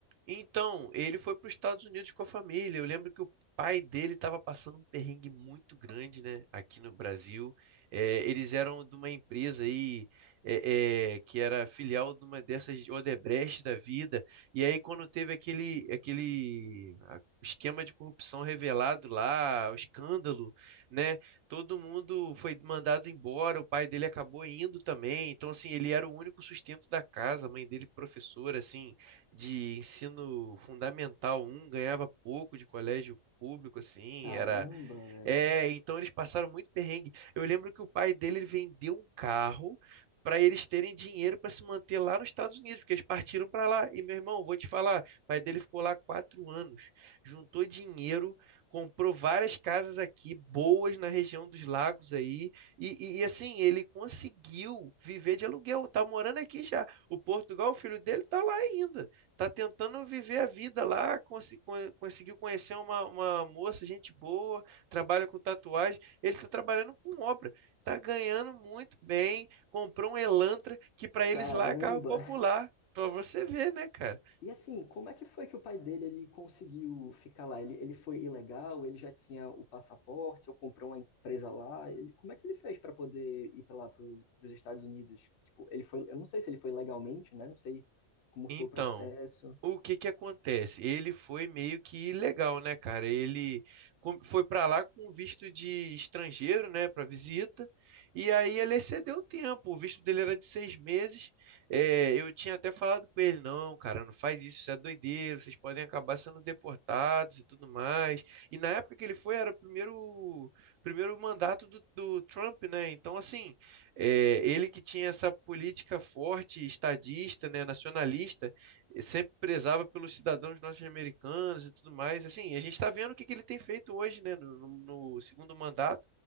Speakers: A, on the right; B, on the left.
A: Então, ele foi para os Estados Unidos com a família. Eu lembro que o pai dele estava passando um perrengue muito grande, né, aqui no Brasil. É, eles eram de uma empresa aí é, é, que era filial de uma dessas Odebrecht da vida. E aí, quando teve aquele, aquele a- esquema de corrupção revelado lá, o escândalo, né, todo mundo foi mandado embora. O pai dele acabou indo também. Então, assim, ele era o único sustento da casa. A mãe dele, professora, assim de ensino fundamental um ganhava pouco de colégio público, assim,
B: Caramba,
A: era
B: velho.
A: é, então eles passaram muito perrengue. Eu lembro que o pai dele ele vendeu um carro para eles terem dinheiro para se manter lá nos Estados Unidos, porque eles partiram para lá. E meu irmão, vou te falar, o pai dele ficou lá quatro anos, juntou dinheiro, comprou várias casas aqui boas na região dos lagos aí, e, e, e, assim ele conseguiu viver de aluguel. Tá morando aqui já. O Portugal, o filho dele, tá lá ainda tá tentando viver a vida lá, consi- con- conseguiu conhecer uma, uma moça, gente boa trabalha com tatuagem, ele está trabalhando com obra, está ganhando muito bem, comprou um Elantra que para eles
B: Caramba.
A: lá é carro popular, para você ver, né, cara?
B: E assim, como é que foi que o pai dele ele conseguiu ficar lá? Ele, ele foi ilegal? Ele já tinha o passaporte? Ou comprou uma empresa lá? Ele- como é que ele fez para poder ir para lá, para os Estados Unidos? Tipo, ele foi, eu não sei se ele foi legalmente, né? Não sei como foi
A: Então,
B: o processo.
A: o que que acontece? Ele foi meio que ilegal, né, cara? Ele com- foi para lá com visto de estrangeiro, né, para visita, e aí ele excedeu o tempo. O visto dele era de seis meses. É, eu tinha até falado com ele, não, cara, não faz isso, isso é doideira, vocês podem acabar sendo deportados e tudo mais. E na época que ele foi, era o primeiro, primeiro mandato do, do Trump, né? Então, assim. É, ele que tinha essa política forte, estadista, né, nacionalista, eh, sempre prezava pelos cidadãos norte-americanos e tudo mais. Assim, a gente está vendo o que, que ele tem feito hoje, né, no, no- no segundo mandato.